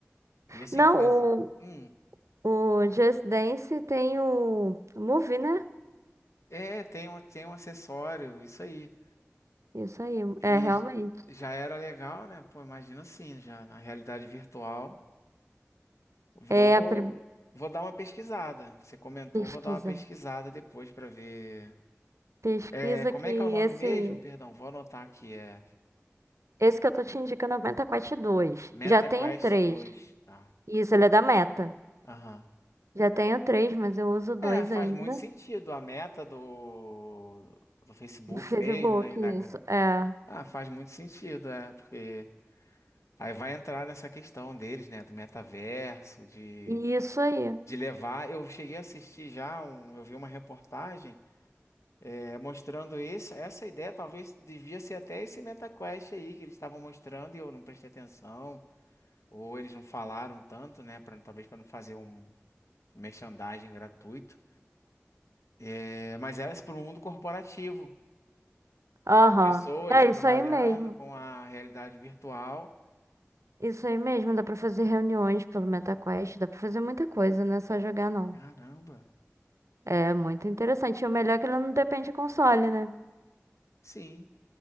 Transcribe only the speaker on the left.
e assim,
fazia, hum,
é, tem um, tem um acessório, isso aí.
E
já era legal, né? Pô, imagina assim, já na realidade virtual. Vou,
vou dar uma pesquisada. Você comentou,
vou dar uma pesquisada depois pra ver.
É, como
é que é o nome
mesmo? Perdão, vou anotar aqui, é
MetaQuest
dois tá?
Aham.
É, faz
muito sentido.
A meta do, do Facebook
mesmo, da, da-
Ah, faz muito sentido, é, porque aí vai entrar nessa questão deles, né, do metaverso, de,
de levar. Eu cheguei a assistir já, um, eu vi uma reportagem é, mostrando esse, essa ideia, talvez devia ser até esse MetaQuest aí que eles estavam mostrando e eu não prestei atenção, ou eles não falaram tanto, né, pra, talvez para não fazer um merchandising gratuito. É, mas era para o mundo corporativo.
Pessoas
trabalhando
com a realidade virtual.
Caramba,
sim,